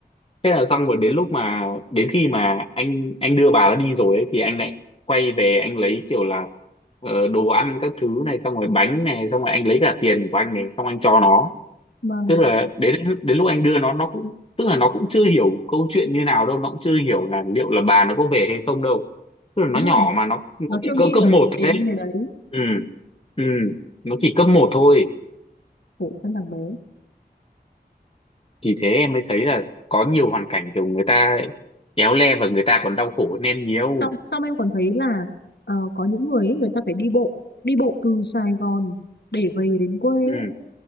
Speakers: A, on the left; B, on the left.
A: thế là xong rồi đến lúc mà đến khi mà anh anh đưa bà nó đi rồi ấy thì anh lại quay về anh lấy kiểu là ờ, đồ ăn các thứ này xong rồi bánh này xong rồi anh lấy cả tiền của anh này xong anh cho nó
B: vâng
A: tức là đến đến lúc anh đưa nó nó cũng tức là nó cũng chưa hiểu câu chuyện như nào đâu nó cũng chưa hiểu là liệu là bà nó có về hay không đâu tức là nó
B: đúng
A: nhỏ
B: rồi
A: mà nó nó
B: Nó chưa
A: chỉ cỡ
B: nghĩ
A: cấp
B: được
A: một thôi
B: đến
A: đấy
B: cái đấy.
A: ừ ừ nó chỉ cấp một thôi
B: Khổ thân thằng bé.
A: thì thế em mới thấy là có nhiều hoàn cảnh kiểu người ta éo le và người ta còn đau khổ hơn em nhiều
B: xong xong em còn thấy là ờ, có những người ấy, người ta phải đi bộ đi bộ từ Sài Gòn để về đến quê
A: ừ
B: ấy.